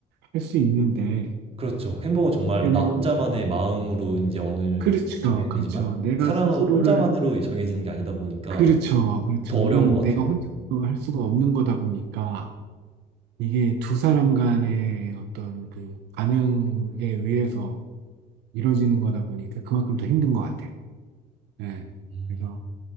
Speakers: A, on the right (about 80°); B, on the right (about 35°).
A: 할 수 있는데,
B: 그렇죠. 행복은 정말
A: 얘는
B: 나 혼자만의 마음으로 이제 어느
A: 그렇죠,
B: 정해야 되지만
A: 그렇죠. 내가
B: 사랑은
A: 스스로를
B: 혼자만으로 정해지는 게 아니다 보니까
A: 그렇죠, 그렇죠.
B: 더 어려운
A: 이건
B: 것
A: 내가
B: 같아요.
A: 혼자서 할 수가 없는 거다 보니까. 이게 두 사람 간의 어떤 그 반응에 의해서 이루어지는 거다 보니까 그만큼 더 힘든 것 같아요. 예.
B: 음.
A: 그래서